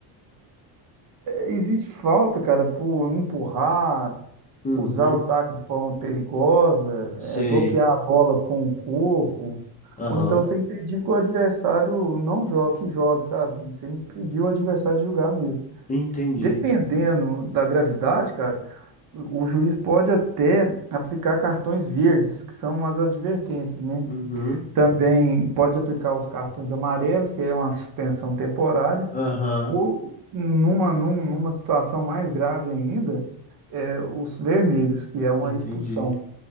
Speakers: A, on the right; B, on the left.
A: Existe falta, cara, por empurrar,
B: Uhum,
A: usar o taco de forma perigosa,
B: sei.
A: eh, bloquear a bola com o corpo,
B: Aham,
A: ou então você impedir que o adversário não jogue, que jogue, sabe? Você impedir o adversário de jogar mesmo.
B: entendi.
A: Dependendo da gravidade, cara, o o juiz pode até aplicar cartões verdes, que são as advertências, né?
B: Uhum,
A: Também pode aplicar os cartões amarelos, que é uma suspensão temporária.
B: aham,
A: Ou numa, num- numa situação mais grave ainda, é, os vermelhos, que é uma
B: entendi.
A: expulsão.